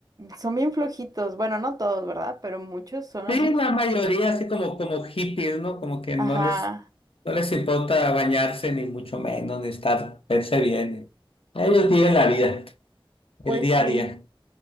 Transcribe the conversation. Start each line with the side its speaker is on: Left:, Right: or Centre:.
Right: son bien flojitos. Bueno, no todos, ¿verdad? Pero muchos son así
Left: Sí,
Right: como...
Left: la mayoría así como, como hippies, ¿no? Como que
Right: Ajá,
Left: no les, no les importa bañarse ni mucho menos, ni estar, verse bien. Ellos viven la vida.
Right: pues
Left: El día
Right: sí.
Left: a día.